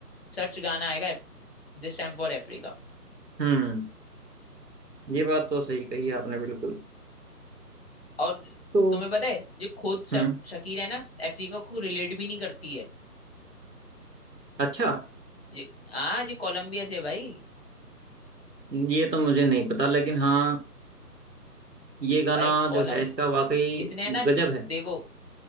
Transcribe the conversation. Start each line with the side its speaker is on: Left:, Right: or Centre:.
Left: सर्च गाना आएगा दिस टाइम फॉर अफ्रीका
Right: हम्म ये बात तो सही कही आपने बिल्कुल
Left: और
Right: तो
Left: तुम्हें पता है जो खुद श-
Right: हम्म
Left: शकीर है ना अफ्रीका को रिलेट भी नहीं करती है
Right: अच्छा
Left: ये हाँ ये कोलंबिया से है भाई
Right: ये तो मुझे नहीं पता लेकिन हाँ ये गाना
Left: भाई कोलंबिया
Right: जो है इसका वाकई
Left: इसने है ना
Right: गजब है
Left: देखो